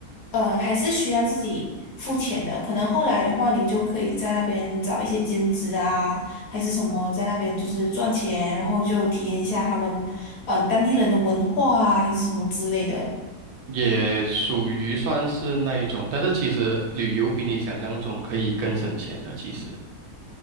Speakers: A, on the left (about 60°); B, on the right (about 80°).
A: 呃，还是需要自己付钱的。可能后来的话，你就可以在那边找一些兼职啊，还是什么，在那边就是赚钱，然后就体验一下他们，嗯、当地人的文化啊，还是什么之类的。
B: 也属于算是那一种，但是其实旅游比你想象中可以更省钱的，其实。